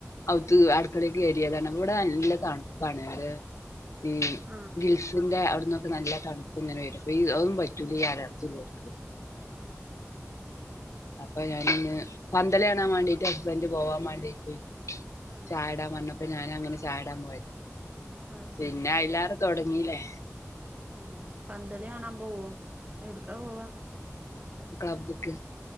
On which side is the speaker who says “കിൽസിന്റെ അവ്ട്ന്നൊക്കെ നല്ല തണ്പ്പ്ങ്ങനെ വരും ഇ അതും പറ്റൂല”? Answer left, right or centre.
Left